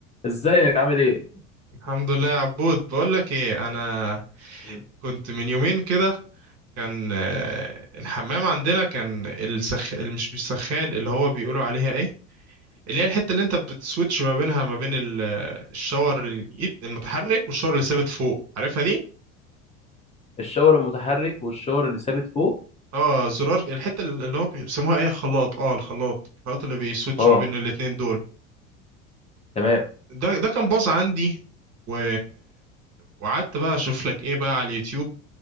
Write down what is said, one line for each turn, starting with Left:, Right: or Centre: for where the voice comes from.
Left: ازيك عامل ايه
Right: الحمد لله يا عبود بقول لك ايه انا
Left: مم.
Right: كنت من يومين كده كان آه، الحمام عندنا كان السخ اللي مش بيسخان اللي هو بيقولوا عليها ايه اللي هي الحته اللي انت بتسويتش ما بينها ما بين ال- الشاور اليد المتحرك والشاور اللي ثابت فوق عارفها دي
Left: الشاور المتحرك والشاور اللي ثابت فوق
Right: اه زرار الحته اللي هو بيسموها ايه خلاط اه الخلاط الخلاط اللي بيسويتش
Left: اه
Right: ما بين الاتنين دول
Left: تمام
Right: ده ده كان باظ عندي و... وقعدت بقى اشوف لك ايه بقى على اليوتيوب